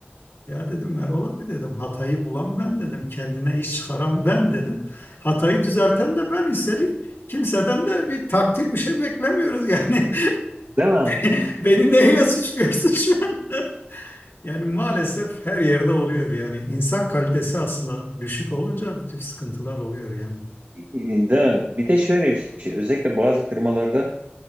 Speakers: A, on the left; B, on the right.
A: Ya dedim Erol abi dedim hatayı bulan ben dedim kendine iş çıkaran ben dedim. Hatayı düzelten de ben üstelik kimseden de bir takdir bir şey beklemiyoruz yani.
B: Değil mi?
A: <laughs> Beni neyle suçluyorsun şu an? Yani maalesef her yerde oluyor yani. İnsan kalitesi aslında düşük olunca bu tip sıkıntılar oluyor yani.
B: Değil mi? Bir de şöyle bir şey. Özellikle bazı firmalarda